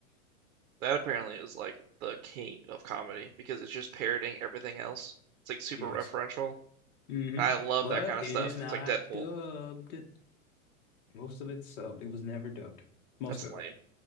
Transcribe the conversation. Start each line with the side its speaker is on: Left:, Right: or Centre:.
Right: That apparently is like the king of comedy because it's just parroting everything else. It's like super
Left: Yes.
Right: referential.
Left: hmm
Right: I love
Left: But
Right: that kind of
Left: it
Right: stuff.
Left: is not
Right: It's like Deadpool.
Left: dubbed. Most of it's subbed. It was never dubbed. Most
Right: That's
Left: of
Right: lame.
Left: it.